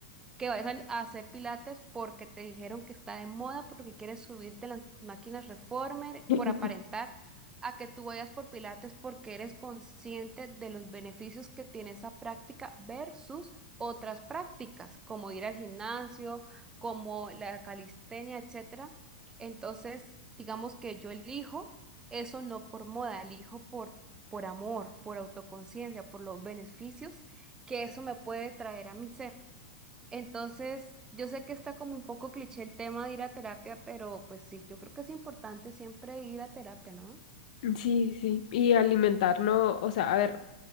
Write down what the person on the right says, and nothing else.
que vayas al- a hacer pilates porque te dijeron que está de moda, porque quieres subirte en las máquinas reformer
por aparentar, a que tú vayas por pilates porque eres consciente de los beneficios que tiene esa práctica versus otras prácticas, como ir al gimnasio, como la calistenia, etcétera. Entonces, digamos que yo elijo eso no por moda, elijo por por amor, por autoconciencia, por los beneficios que eso me puede traer a mi ser. Entonces, yo sé que está como un poco cliché el tema de ir a terapia, pero pues sí, yo creo que es importante siempre ir a terapia, ¿no?